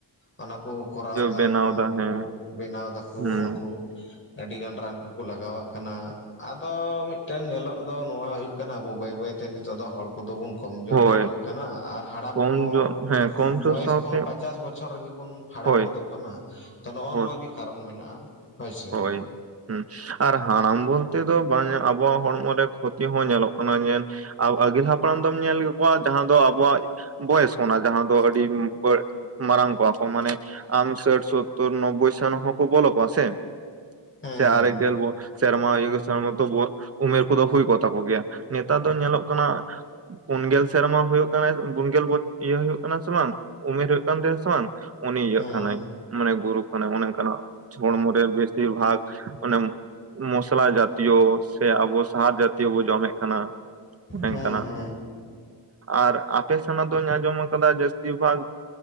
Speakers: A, on the left; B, on the right.
A: ᱚᱱᱟ ᱠᱚ ᱠᱚᱨᱟᱣ ᱫᱟ
B: ᱵᱮᱱᱟᱣ
A: ᱩᱱᱠᱩ
B: ᱦᱮᱸ
A: ᱠᱚ ᱵᱮᱱᱟᱣ ᱫᱟᱠᱚ
B: ᱦᱩᱸ
A: ᱩᱱᱠᱩ ᱟᱹᱰᱤᱜᱟᱱ ᱨᱟᱱ ᱠᱚᱠᱚ ᱞᱟᱜᱟᱣ ᱟᱜ ᱠᱟᱱᱟ, ᱟᱫᱚ ᱢᱤᱫᱴᱮᱱ ᱧᱮᱞᱚᱜ ᱫᱚ ᱱᱚᱣᱟ ᱦᱩᱭᱩᱜ ᱠᱟᱱᱟ, ᱟᱵᱚ ᱵᱟᱹᱭ ᱵᱟᱹᱭ ᱛᱮ ᱱᱤᱛᱚᱜ ᱫᱚ ᱦᱚᱲ ᱠᱚᱫᱚ ᱵᱚᱱ ᱠᱚᱢᱡᱳᱨ
B: ᱦᱳᱭ
A: ᱪᱟᱵᱟᱜ ᱠᱟᱱᱟ, ᱟᱨ ᱦᱟᱲᱟᱢ
B: ᱠᱚᱢ
A: ᱠᱚᱦᱚᱸ
B: ᱡᱳᱨ
A: ᱟᱵᱚ
B: ᱦᱮᱸ ᱠᱚᱢ ᱡᱳᱨ
A: ᱵᱚᱭᱮᱥ
B: ᱥᱟᱶᱛᱮ
A: ᱠᱚᱦᱚᱸ ᱯᱟᱸᱪᱟᱥ ᱵᱚᱪᱷᱚᱨ ᱜᱮᱵᱚᱱ ᱦᱟᱲᱟᱢ
B: ᱦᱳᱭ
A: ᱜᱚᱫᱚᱜ ᱠᱟᱱᱟ, ᱛᱚ ᱱᱚᱜᱼᱚ
B: ᱦᱳᱭ
A: ᱱᱚᱣᱟ ᱜᱮ ᱠᱟᱨᱚᱱ ᱢᱮᱱᱟᱜᱼᱟ᱾ ᱦᱳᱭᱥᱮ
B: ᱦᱳᱭ ᱦᱩᱸ ᱟᱨ ᱦᱟᱲᱟᱢ ᱵᱚᱞᱛᱮ ᱫᱚ ᱵᱟᱝ ᱟᱵᱚᱣᱟᱜ ᱦᱚᱲᱢᱚ ᱨᱮ ᱠᱷᱚᱛᱤ ᱦᱚᱸ ᱧᱮᱞᱚᱜ ᱠᱟᱱᱟ, ᱟᱨ ᱟᱹᱜᱤᱞ ᱦᱟᱯᱲᱟᱢ ᱫᱚᱢ ᱧᱮᱞ ᱠᱚᱣᱟ ᱡᱟᱦᱟᱸ ᱫᱚ ᱟᱵᱚᱣᱟᱜ ᱵᱚᱭᱮᱥ ᱚᱱᱟ ᱡᱟᱦᱟᱸ ᱫᱚ ᱟᱹᱰᱤ ᱵᱟᱹᱲ ᱢᱟᱨᱟᱝ ᱠᱚᱣᱟ ᱠᱚ ᱢᱟᱱᱮ ᱟᱢ ᱥᱟᱴ ᱥᱳᱛᱛᱳᱨ ᱱᱚᱵᱵᱳᱭ ᱥᱚᱱ ᱦᱚᱸᱠᱚ ᱵᱚᱞᱚ ᱠᱚᱣᱟ ᱥᱮ?
A: ᱦᱩᱸ
B: ᱥᱮ ᱟᱨᱮᱠ ᱰᱮᱲ ᱵᱚᱪᱷ ᱥᱮᱨᱢᱟ <unintelligible> ᱩᱢᱮᱨ ᱠᱚᱫᱚ ᱦᱩᱭ ᱠᱚᱜ ᱛᱟᱠᱚ ᱜᱮᱭᱟ, ᱱᱮᱛᱟᱨ ᱫᱚ ᱧᱮᱞᱚᱜ ᱠᱟᱱᱟ ᱯᱩᱱ ᱜᱮᱞ ᱥᱮᱨᱢᱟ ᱦᱩᱭᱩᱜ ᱠᱟᱱᱟ ᱯᱩᱱ ᱜᱮᱞ <unintelligible> ᱤᱭᱟᱹ ᱦᱩᱭᱩᱜ ᱠᱟᱱᱟ ᱥᱮ ᱵᱟᱝ ᱩᱢᱮᱨ ᱦᱩᱭᱩᱜ ᱠᱟᱱ ᱛᱟᱭᱟ ᱥᱮ ᱵᱟᱝ? ᱩᱱᱤ ᱤᱭᱟᱹᱜ
A: ᱦᱩᱸ
B: ᱠᱟᱱᱟᱭ, ᱢᱟᱱᱮ ᱜᱩᱨᱩ ᱠᱟᱱᱟᱭ, ᱚᱱᱮ ᱚᱱᱠᱟ ᱱᱟᱜ ᱦᱚᱲᱢᱚ ᱨᱮ ᱵᱮᱥ ᱤᱨ ᱵᱷᱟᱜ ᱚᱱᱮ ᱢᱚᱥᱞᱟ ᱡᱟᱛᱤᱭᱚ ᱥᱮ ᱟᱵᱚ ᱥᱟᱦᱟᱨ ᱡᱟᱛᱤᱭᱚ ᱵᱚ ᱡᱚᱢᱮᱫ ᱠᱟᱱᱟ ᱚᱰᱟᱝ
A: ᱦᱩᱸ ᱦᱩᱸ
B: ᱠᱟᱱᱟᱜ
A: ᱦᱩᱸ
B: ᱟᱨ ᱟᱯᱮ ᱥᱮᱱᱟᱜ ᱫᱚᱧ ᱟᱸᱡᱚᱢ ᱟᱠᱟᱫᱟ ᱡᱟᱹᱥᱛᱤ ᱵᱷᱟᱜ